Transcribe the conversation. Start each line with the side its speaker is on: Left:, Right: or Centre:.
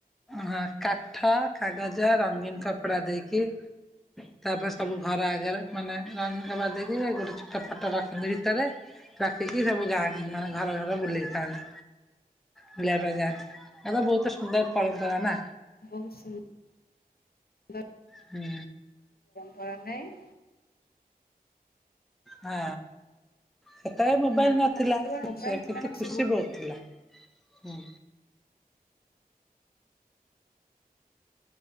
Centre: ହଁ କାଠ କାଗଜ ରଙ୍ଗୀନ କପଡ଼ା ଦେଇକି। ତାପରେ ସବୁ ଘର ଆଗରେ ମାନେ ରଙ୍ଗବା ଦେଇକି ଗୋଟେ ଛୋଟ ଫଟୋ ରଖନ୍ତି ଭିତରେ ରଖିକି ସବୁ ଗାଁ ମାନେ ଘର ଘରେ ବୁଲେଇଥାନ୍ତି। ବୁଲିବା ପାଇଁ ଯାଆନ୍ତି ଏବଂ ବହୁତ ସୁନ୍ଦର ପରମ୍ପରା ନା।
Left: ବହୁତ ସୁ ନ୍ଦର।
Centre: ହୁଁ।
Left: କର ନାହିଁ।
Centre: ହଁ। ସେତେବେଳେ ମୋବାଇଲ
Left: ହୁଁ
Centre: ନଥିଲା
Left: ଆଉ ସେତେବେଳେ ମୋବାଇଲ ଥିଲା
Centre: କିନ୍ତୁ
Left: ନା ସେ
Centre: ଖୁସି ବହୁତ ଥିଲା ହଁ।